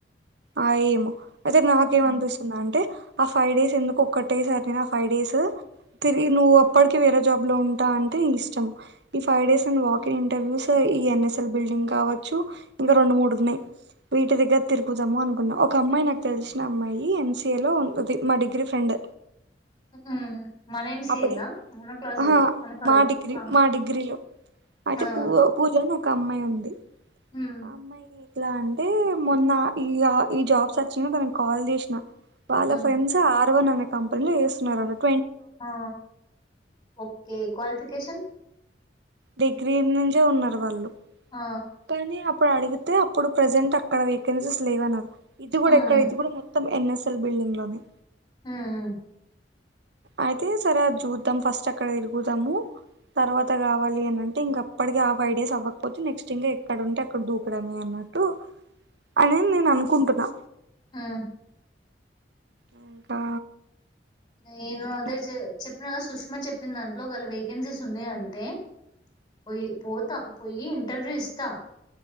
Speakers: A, on the right; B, on the left.
A: ఆ ఏమో అయితే నాకేమనిపిస్తుందంటే
B: హ్మ్
A: ఆ ఫైవ్ డేస్ ఎందుకు ఒక్కటే సారి నా ఫైవ్ డేస్ తిరిగి నువ్వు అప్పటికి వేరే జాబ్లో ఉంటా అంటే నీ ఇష్టం. ఈ ఫైవ్ డేస్ నువ్వు వాకింగ్ఇంటర్వ్యూస్ ఈ ఎన్ఎస్ఎల్ బిల్డింగ్ కావచ్చు ఇంకా రొండు, మూడు ఉన్నయి. వీటి దగ్గర తిర్ పోదాము అనుకున్న. ఒక అమ్మాయి నాకు తెలిసిన అమ్మాయి ఎంసీఏ లో ఉంటది. మా డిగ్రీ ఫ్రెండ్
B: మ్ మన ఎంసీఏ
A: అప్పుడే
B: నా మన క్లాస్
A: ఆహా
B: మన కాలేజ్
A: మా డిగ్రీ
B: ఆ
A: మా డిగ్రీలో అయితే
B: ఆ
A: పూ పూజ అని ఒక అమ్మాయి ఉంది
B: హ్మ్.
A: ఆ అమ్మాయి ఇట్లా అంటే మొన్న ఈ ఈ జాబ్స్ అ చ్చిన తనకి కాల్ చేసిన వాళ్ల
B: హ్మ్.
A: ఫ్రెండ్స్ ఆ పరవ అనే కంపెనీలు చేస్తున్నారన్నట్
B: ఆ ఓకే క్వాలిఫికషన్
A: డిగ్రీ నుంచే ఉన్నరు వాళ్ళు
B: ఆ
A: కానీ అప్పుడు అడిగితే అప్పుడు ప్రజెంట్ అక్కడ వేకెన్సీస్ లేవనన్నరు. ఇది గుడా
B: హ్మ్.
A: ఎక్కడ ఇది గుడా త్త ఎన్ఎస్ఎల్ బిల్డింగ్ లోనే
B: హ్ మ్
A: అయితే సరే అది చూద్దాం ఫస్ట్ అక్కడ తిరుగుదాము తర్వాత కావాలి అనంటే ఇంక అప్పటిక ఆ ఫైవ్ డేస్ అవ్వకపోతే నెక్స్ట్ ఇంకా ఎక్కడ ఉంటే అక్కడ దూకడమే అన్నట్టు అని నేను అనుకుంటున్నా
B: మ్
A: ఇంకా
B: నేను
A: ఈ
B: అదే
A: ఎన్
B: చెప్పిన కద సుష్ సుష్మ చెప్పిన దాంట్లో ఒకవేళ వేకెన్సీస్ ఉన్నాయి అంటే పోయి పోతా పోయి ఇంటర్వ్యూ ఇస్తా